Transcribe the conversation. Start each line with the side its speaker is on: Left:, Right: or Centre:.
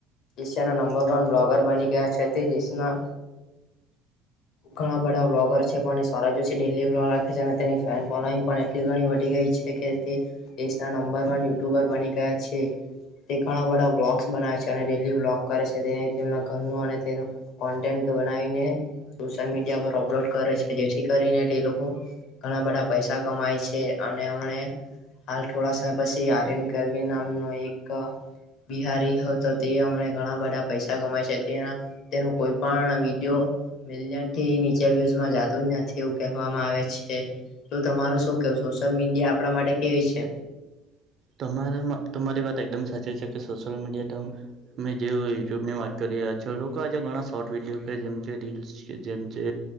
Left: શિયા ના નંબર વન બ્લોગર બની ગયા છે દસના
Right: હમ.
Left: ઘણા બધા વ્લોગર છે પણ એ સવરા જો છે ડેલી વ્લોગ રાખે છે અને તેની ફેન ફોલોઈંગ પણ એટલી ઘણી વધી ગઈ છે કે દેશના નંબર વન યુટ્યુબર બની ગયા છે. તે ઘણા બધા બ્લોગસ બનાવે છે અને ડેલી બ્લોગ કરે છે તે તેમના ઘરનું અને તેનું કોન્ટેન્ટ બનાવીને, સોશિયલ મીડિયા પર અપલોડ કરે છે જેથી કરીને તે લોકો ઘણા બધા પૈસા કમાય છે અને હમને હાલ થોડા સમય પછી આર્યન કરવી નામનો એક બિહારી હો તો તે હમને ઘણા બધા પૈસા કમાય છે તે તેનું કોઈ પણ વિડિયો મિલિયન થી નીચે વ્યુઝમાં જતું જ નથી એવું કહેવામાં આવે છે. તો તમાર શું કેવ સોશિયલ મીડિયા આપણા માટે કેવી છે?
Right: તમારા તમારી વાત એકદમ સાચી છે કે સોશિયલ મીડિયા તો મેં જે યુટ્યુબ ની વાત કરી રહ્યા છો લોકો આજે ઘણા શોર્ટ વિડીયો કે જેમ કે રીલ્સ જેચ છે,